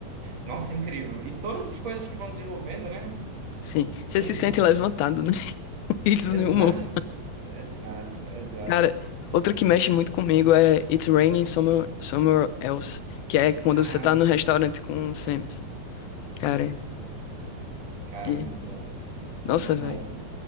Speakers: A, on the right; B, on the left.
A: Nossa, incrível. E todas as coisas que vão desenvolvendo, né?
B: sim. Você
A: Tem
B: se
A: um
B: sente
A: jogo.
B: levantado, né? <laughs> Isso,
A: Exato,
B: meu irmão.
A: exato, exato.
B: Cara, outro que mexe muito comigo é It's Raining Somewhere, Somewhere Else, que é quando
A: Ah,
B: você tá no restaurante com o Sam. Cara,
A: sim. Cara,
B: e...
A: muito bom.
B: Nossa,
A: Muito
B: velho.
A: bom.